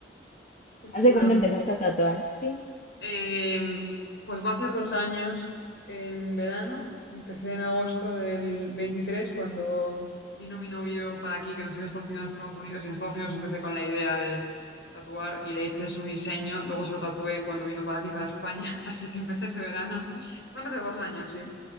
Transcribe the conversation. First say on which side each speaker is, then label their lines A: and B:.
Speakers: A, on the left (about 75°); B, on the left (about 40°).
A: Qué
B: ¿Hace
A: chulo.
B: cuándo empezaste a tatuar? Sí.
A: Eh, pues va a hacer dos años en verano. Empecé en agosto del 23 cuando vino mi novio para aquí, que nos habíamos conocido en Estados Unidos. Y en Estados Unidos empecé con la idea de tatuar y le hice su diseño. Luego se lo tatué cuando vino para aquí, para España. <laughs> Así que empecé ese verano. Van a hacer dos años, sí.